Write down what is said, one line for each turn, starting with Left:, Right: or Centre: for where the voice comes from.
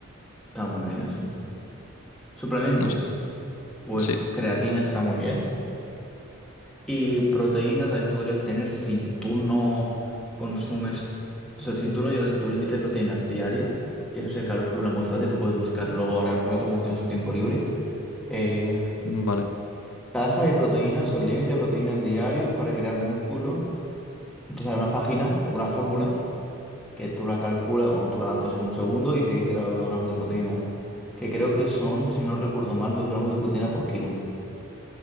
Centre: Está muy bien eso. Suplementos,
Left: No, s-
Centre: pues
Left: sí,
Centre: creatina está muy bien. Y proteína también podrías tener si tú no consumes, o sea, si tú no llegas a tu límite de proteínas diario, que eso se calcula muy fácil, tú puedes buscar luego ahora un rato cuando tengas un tiempo libre. eh,
Left: mm, vale.
Centre: tasa de proteínas o límite de proteínas diarios para crear músculo. Y Te sale una página o una fórmula que tú la calculas, bueno, tú la haces en un segundo y te dice los gramos de proteína. Que creo que son, si no recuerdo mal, 2 gramos de proteína por kilo.